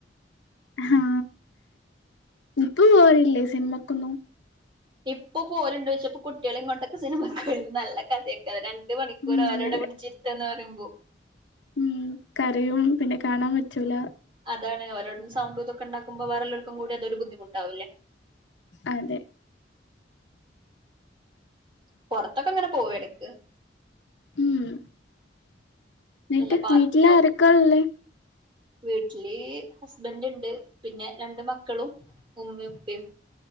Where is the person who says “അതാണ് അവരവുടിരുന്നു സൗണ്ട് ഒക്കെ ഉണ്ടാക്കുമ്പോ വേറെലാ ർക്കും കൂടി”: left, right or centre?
Right